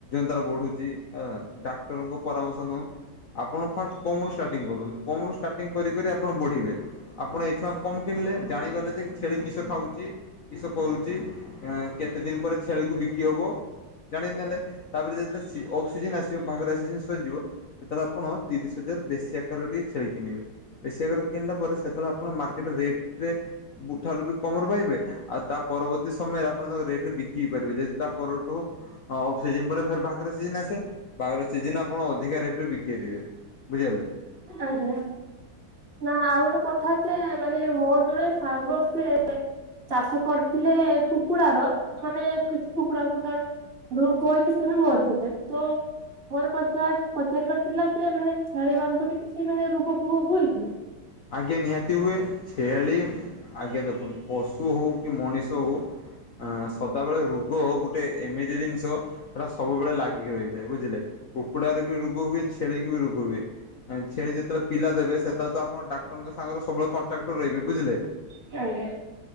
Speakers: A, on the left; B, on the right.
A: ତାର ବଢୁଛି ଡାକ୍ତରଙ୍କ ପରାମର୍ଶ ନେଉ ଆପଣ ଫାଷ୍ଟ କମରୁ ଷ୍ଟାର୍ଟିଂ କରୁନ୍ତୁ କମରୁ ଷ୍ଟାର୍ଟିଂ କରିକରି ଆପଣ ବଢ଼ିବେ? ଆପଣ ଏଇ ଛୁଆ କମ୍ କିଣିଲେ ଜାଣିଗଲେ ଯେ ଛେଳି କିଷ ଖାଉଛି? କିସ କରୁଛି କେତେ ଦିନ ପରେ ଛେଳିକୁ ବିକି ହବ ଜାଣିନେଲେ? ତାପରେ ଯେତେବେଳେ ଅଫ୍ ସଜିଜନ୍ ଆସିବ ବାହାଘରେ ସିିଜନ୍ ସରିଯିବ। ସେତେବେଳେ ଆପଣ ତିରିଶ ହଜାର ବେଶୀ ଆକାର ଟିକେ ଛେଳି କିଣିବେ? ବେଶୀ ଆକାର କିଣିଲା ପରେ ସେତେବେଳେ ଆପଣ ମାର୍କେଟ ରେଟ ରେ ଠାରୁ ବି କମରେ ପାଇବେ ଆଉ ତା ପରବର୍ତ୍ତୀ ସମୟରେ ଆପଣ ତାଙ୍କ ରେଟରେ ବିକିଇ ପାରିବେ ଯି ତା ପରଠୁ ହଁ ଅଫସିଜନ୍। ବାହାଘର ସିଜିିନ ଆସେ ବାହାଘର ସିଜିନରେ ଆପଣ ଅଧିକା ରେଟରେ ବିକିପାରିବେ ବୁଝିପାରିଲେ?
B: ଆଜ୍ଞା। ନା ଆଉ ଗୋଟେ କଥା ଯେ ମାନେ ମୋର ଜଣେ ସାଙ୍ଗ ସେି ଚାଷ କରି ଥିଲେ କୁକୁଡାର ମାନେ କିଛି କୁକୁଡା <unintelligible> <unintelligible> ସେ ମରି ଗଲେ ତ ମୋର ପଚ ପଚାର ବର୍ଷ ହେଲା ଯେ ମାନେ ଛେଳି ମାନଙ୍କୁ ବି କିଛି ମାନେ ରୋଗ ଫୋଗ ହୁଏ <inaudible>
A: ଆଗେ ନିହାତି ହୁଏ ଛେଳି ଆଗେ ଦେଖନ୍ତୁ ପଶୁ ହଉ କି ମଣିଷ ହଉ ଆଁ ସଦାବେଳେ ରୋଗ ଗୋଟେ ଏମିତି ଜିନିଷ ସେଟା ସବୁବେଳେ ଲା ଗି ରହିଥାଏ ବୁଝିଲେ? କୁକୁଡାରେ ବି ରୋଗ ହୁଏ ଛେଳିି କି ବି ରୋଗ ହୁଏ। ଆ ଛେଳି ଯେତେବେଳେ ପିଲା ଦେବେ ସେତେବେଳେ ତ ଆପଣ ଡାକ୍ତର ଙ୍କ ସାଙ୍ଗରେ ସବୁବେଳେ କଣ୍ଟ୍ରାକ୍ଟ ରେ ରହିବେ ବୁଝିଲେ।
B: <unintelligible>